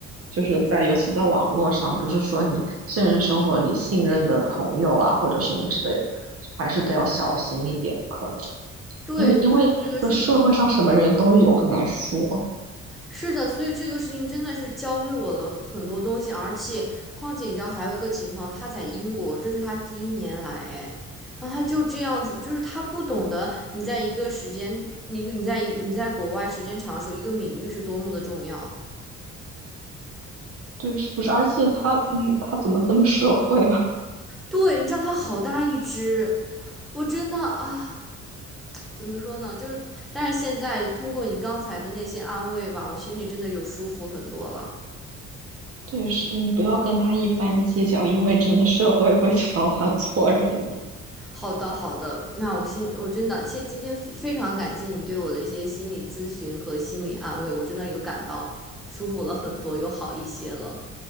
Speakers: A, on the right; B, in the centre.
A: 就是在尤其在网络上，不是说你现实生活里信任的朋友啊或者什么之类的，还是得要小心一点，可能
B: 对，
A: 因为因为就社会上什么人都有，
B: 就是这个事情。
A: 很难说，
B: 是的，所以这个事情真的是教会我了很多东西，而且况且你知道还有一个情况，他在英国，这是他第一年来，哎，然后他就这样子，就是他不懂得你在一个时间，你你在你在国外时间长的时候，一个名誉是多么的重要。
A: 对，是不是？而且他嗯，他怎么这么社会？啊？
B: 对，你知道他好大一只，我真的啊，怎么说呢？就是，但是现在通过你刚才的那些安慰吧，我心里真的有舒服很多了。
A: 对，是你不要跟他一般计较，因为真的社会会 <laughs> 教他做人的。
B: 好的，好的，那我心我真的谢今天非非常感谢你对我的一些心理咨询和心理安慰，我真的有感到舒服了很多，有好一些了。